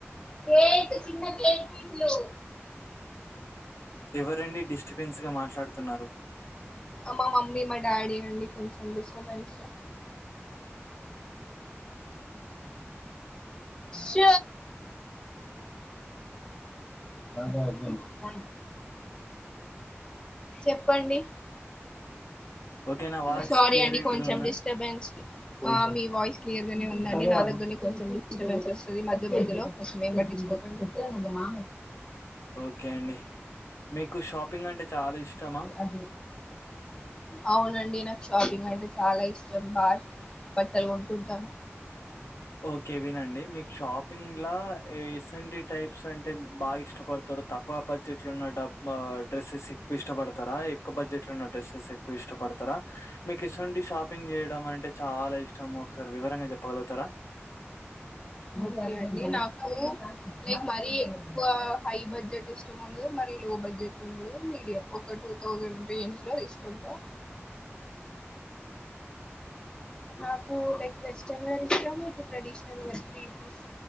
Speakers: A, on the left; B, on the left.
A: కేక్ చిన్న కేక్ పీసులు
B: ఎవరండి డిస్టబెన్స్ గా మాట్లాడుతున్నారు
A: మా మమ్మీ మా డాడీ అండి కొంచెం డిస్టబెన్స్ ష్ దా అ చెప్పండి
B: ఓకేనా వాయిస్
A: సారీ
B: క్లియరిటీగా
A: అండి కొంచెం
B: ఉందా
A: డిస్టర్బెన్స్ కి ఆ మీ వాయిస్ క్లియర్ గానే ఉందండి నా దగ్గరని కొంచెం డిస్టర్బెన్స్ వస్తుంది మధ్య మధ్యలో అవేం పట్టించుకోకండి హ్యాల్దవా
B: ఓకే అండి మీకు షాపింగ్ అంటే చాలా ఇష్టమా
A: అద అవునండి నాకు షాపింగ్ అంటే చాలా ఇష్టం బాగ్ బట్టలు కొనుకుంటా
B: ఓకే వినండి మీకు షాపింగ్ల ఇసంటి టైప్ ప్స్ అంటే బాగా ఇష్టపడతారు తక్కువ బడ్జెట్లు ఉన్న డబ్ డ్రెస్సెస్ ఎక్కువ ఇష్టపడతారా ఎక్కువ బడ్జెట్ లో ఉన్న డ్రెస్సెస్ ఎక్కువ ఇష్టపడతారా మీకు ఇసువండి షాపింగ్ చేయడం అంటే చాలా ఇష్టం ఒకసారి వివరంగా చెప్పగలుగుతారా
A: ఒకే అండి నాకు లైక్ మరి ఎక్కువ హై బడ్జెట్ ఇష్టం ఉండదు మరి లో బడ్జెట్ మీడియం ఒక టూ థౌజండ్ రేంజ్ లో తీసుకుంటా నాకు లైక్ వెస్టర్న్ వేర్ ఇష్టం ఇంక traditional wear three piece